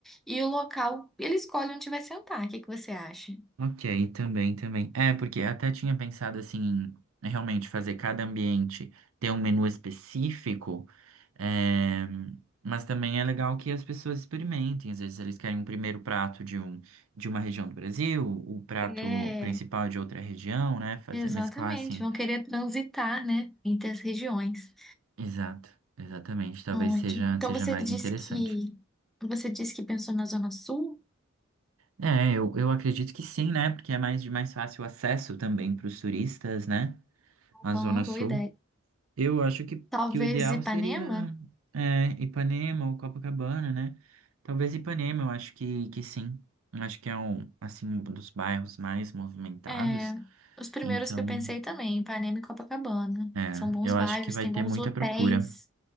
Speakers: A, in the centre; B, on the right.
A: e o local, ele escolhe onde vai sentar. O que que você acha?
B: Ok, também, também. É, porque até tinha pensado assim, em realmente fazer cada ambiente ter um menu específico, eh, mas também é legal que as pessoas experimentem. Às vezes eles querem um primeiro prato de um, de uma região do Brasil, o prato
A: É,
B: principal de outra região, né? Fazer
A: Exatamente,
B: mesclar assim.
A: vão querer transitar, né, entre as regiões.
B: Exato, exatamente. Talvez
A: Ótimo.
B: seja,
A: Então
B: seja
A: você
B: mais
A: disse
B: interessante.
A: que você disse que pensou na Zona Sul?
B: É, eu, eu acredito que sim, né? Porque é mais de mais fácil acesso também para os turistas, né? A
A: Uma
B: Zona Sul.
A: boa ideia.
B: Eu acho que,
A: Talvez
B: que o ideal
A: Ipanema?
B: seria é, Ipanema ou Copacabana, né? Talvez Ipanema, eu acho que, que sim. Eu acho que é um, assim, um dos bairros mais movimentados.
A: É, os primeiros
B: Então,
A: que eu pensei também, Ipanema e Copacabana.
B: é,
A: São bons
B: eu
A: bairros,
B: acho que vai
A: tem
B: ter
A: bons
B: muita
A: hotéis,
B: procura.